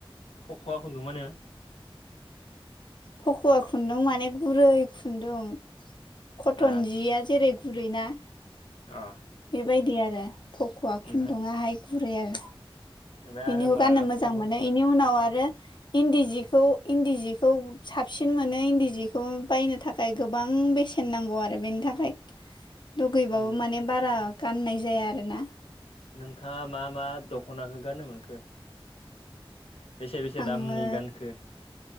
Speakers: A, on the left; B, on the left.
A: फख'आ खुन्दुं मोनो।
B: फखुवा खुन्दुं माने गुरै खुन्दुं कटन
A: आदसा
B: जिया जेरै बुरैना?
A: अ
B: बेबायदि आरो फख'आ
A: ओमफ्राय
B: खुन्दुङाहाय गुरै आरो।
A: ओमफ्राय
B: बिनिखौ
A: आरो माखौबाव
B: गाननो मोजां मोनो बेनि उनाव आरो इन्दि जिखौ इन्दि जिखौ साबसिन मोनो इन्दि जिखौ बायनो था खाय गोबां बेसेन नांगौ आरो बेनि थाखाय। लुगैबाबो
A: उम
B: माने बारा गाननाय जाया आरोना।
A: नोंथाङा मा मा दख'नाखौ गाननो मोनखो? बेसे बेसे
B: आङो
A: दामनि गानखो?